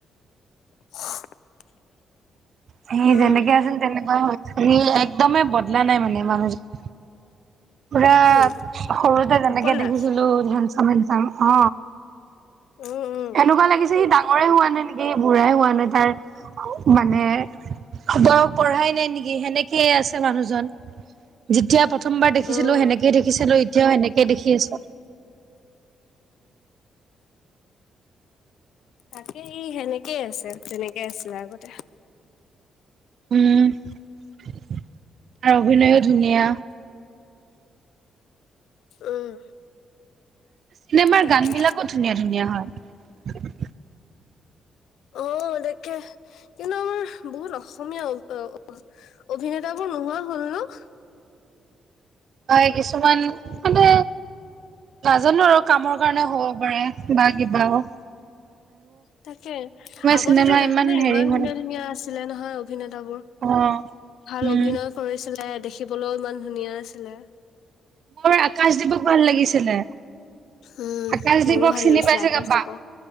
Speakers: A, on the left; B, on the right.
A: <inaudible>
B: সি
A: উম
B: যেনেকে আছিল তেনেকুৱা হৈ একদমেই বদলা নাই মানে মানুহজন পুৰা
A: কোন
B: সৰুতে যেনেকে
A: উৎপল
B: দেখিছিলো
A: দাস
B: ধেনচাম হেনচাম অ
A: উম উম
B: এনেকুৱা লাগিছে সি ডাঙৰে হোৱা নাই নেকি বুঢ়াই হোৱা নাই। তাৰ মানে বয়স পঢ়াই নাই নেকি সেনেকেই আছে মানুহজন যেতিয়া প্ৰথ দেখিছিলো
A: উম
B: সেনেকেইে দেখিছিলো এতিয়াও সেনেকেই দেখি আছো।
A: তাকে ই সেনেকেই আছে, যেনেকে আছিলে আগতে।
B: উম আৰু অভিনয়ো ধুনীয়া।
A: উম।
B: চিনেমাৰ
A: তাকে
B: গান বিলাকো ধুনীয়া ধুনীয়া হয়।
A: অ' দেখে কিন্তু আমাৰ বহুত অসমীয়া অভিনেতাৰবোৰ <unintelligible>
B: হয় কিছুমান মানে নাজানো আৰু কামৰ কাৰণে হ'ব পাৰে। বাকি <unintelligible>
A: তাকে আগতেতো
B: চিনেমা
A: দেখা নাই
B: হেৰি
A: ইমান
B: হোৱা
A: ধুনীয়া
B: নাই
A: ধুনীয়া আছ নহয় অভিনেতবোৰ
B: অ
A: ভাল
B: উম
A: অভিনয় কৰিছিল হ'লেও ইমান ধুনীয়া আছিলে
B: মোৰ আকাশদ্বীপক ভাল লাগিছিলে
A: উম
B: আকাশ দিপক
A: মোৰো ভাল
B: চিনি
A: লাগিছিলে
B: পাইছেগে
A: আকাশ
B: বা
A: দীপক